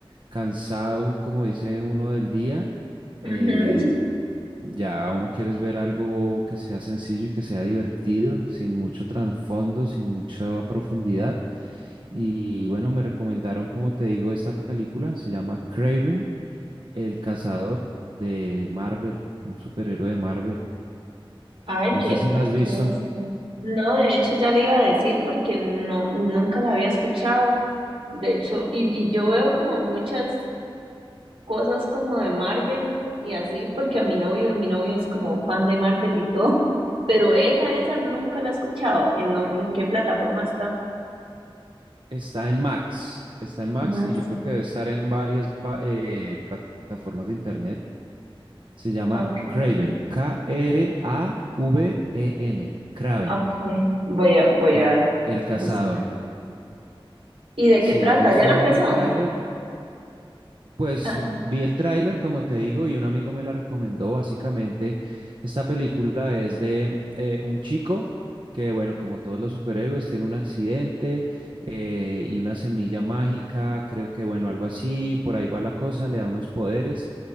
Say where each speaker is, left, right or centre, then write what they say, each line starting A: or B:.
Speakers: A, on the right; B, on the right.
A: cansado, como dice uno del día. em,
B: ujú.
A: Ya uno quiere es ver algo que sea sencillo y que sea divertido, sin mucho trasfondo, sin mucha profundidad. Y bueno, me recomendaron, como te digo, esta película. Se llama Craven, el cazador de Marvel, un superhéroe de Marvel.
B: Ay,
A: No
B: qué,
A: sé si la has visto.
B: qué ácido. No, de hecho ya le iba a decir porque no, nunca la había escuchado. De hecho, y, y yo veo como muchas cosas como de Marvel y así, porque a mi novio, mi novio es como fan de Marvel y todo, <laughs> pero esa, esa nunca la he escuchado. ¿En, dó- en qué plataforma está?
A: Está en Max, está en Max
B: Max,
A: y yo creo que debe estar en varias pa- eh, plataformas de internet. Se llama
B: ok.
A: Craven, K-R-A-V-E-N, Craven,
B: Ah, Okay, voy a, voy
A: el,
B: a
A: el cazador.
B: buscar. ¿Y de
A: Sí,
B: qué trata?
A: yo estuve
B: ¿Ya la empezó?
A: viendo el tráiler, pues
B: Ah,
A: vi el tráiler, como te digo, y un amigo me la recomendó. Básicamente, esta película es de eh, un chico que, bueno, como todos los superhéroes, tiene un accidente eh, y una semilla mágica, creo que, bueno, algo así, por ahí va la cosa, le da unos poderes